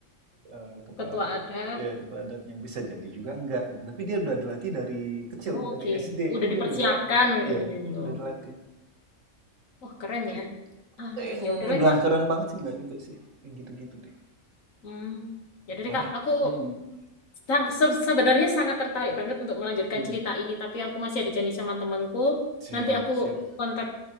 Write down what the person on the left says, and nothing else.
Ketua adat.
Oh,
Oke,
Udah
dipersiapkan
udah
dari dulu.
Oh, keren
ya. Ah,
ya udahlah
Kak.
Hmm, ya
udah deh Kak, aku
sang- se- sebenarnya sangat tertarik banget untuk melanjutkan
cerita ini, tapi aku masih ada janji sama temanku.
Nanti aku
kontak